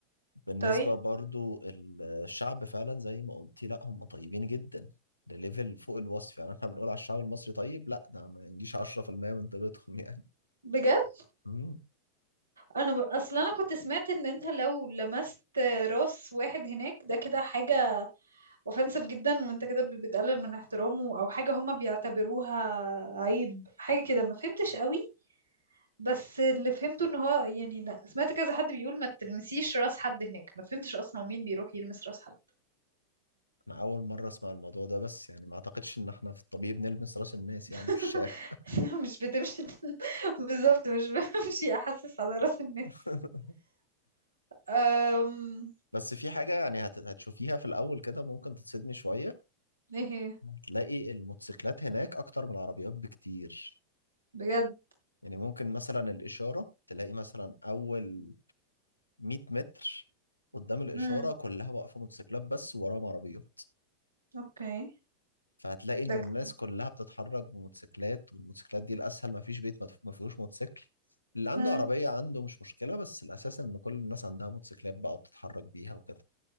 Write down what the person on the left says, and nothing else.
بالنسبة
برضو الشعب فعلا زي ما قلتي لا هم طيبين جدا لليفل فوق الوصف يعني احنا بنقول على الشعب المصري طيب لا ده ما ينجيش 10% من طيبتهم يعني
مم.
أنا أول مرة أسمع الموضوع ده بس يعني ما أعتقدش إن احنا في الطبيعي بنلمس راس الناس يعني
في الشارع
<laughs>
بس في حاجة يعني هت- هتشوفيها في الأول كده ممكن تتصدمي شوية
هتلاقي الموتوسيكلات هناك أكتر من العربيات بكتير
يعني ممكن مثلا الإشارة تلاقي مثلا أول 100 متر قدام الإشارة
كلها واقفة موتوسيكلات بس ووراهم عربيات
فهتلاقي إن
الناس كلها بتتحرك بموتوسيكلات والموتوسيكلات دي الأسهل مفيش بيت ما ما فيهوش موتوسيكل اللي عنده
عربية عنده مش مشكلة بس الأساس إن كل الناس عندها موتوسيكلات بقى وبتتحرك بيها وكده